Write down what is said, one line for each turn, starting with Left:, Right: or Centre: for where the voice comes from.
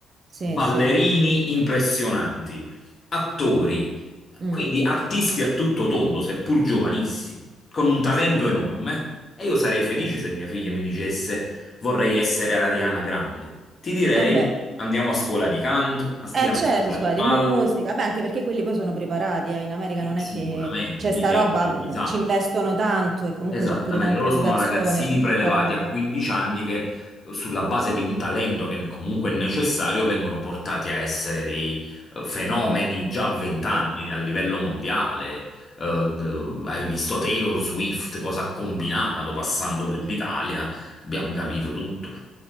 Right: Sì,
Left: ballerini
Right: sì.
Left: impressionanti, attori,
Right: Mm,
Left: quindi artisti a tutto tondo, seppur giovanissimi, con un talento
Right: Sì, sì.
Left: enorme. E io sarei felice se mia figlia mi dicesse vorrei essere Ariana Grande. Ti direi
Right: E beh.
Left: andiamo a scuola di canto, andiamo
Right: Eh certo,
Left: a scuola
Right: scuola
Left: di ballo,
Right: di musica, beh anche perché quelli poi sono preparati, eh. In America
Left: Eh,
Right: non
Left: Sicuramente,
Right: è che c'è
Left: mica
Right: sta roba,
Left: è improvvisato.
Right: mh, ci investono tanto e comunque
Left: Esattamente,
Right: c'è pure tanta
Left: loro
Right: educazione
Left: sono ragazzini
Right: su
Left: prelevati
Right: questa roba.
Left: a 15 anni che eh, sulla base di un talento che comunque è necessario vengono portati a essere dei eh, fenomeni
Right: Mm,
Left: già a 20 anni
Right: Sì,
Left: a livello mondiale.
Right: sì.
Left: Eh, d- hai visto Taylor Swift, cosa ha combinato passando
Right: Mm,
Left: per
Right: mm,
Left: l'Italia, abbiamo capito tutto.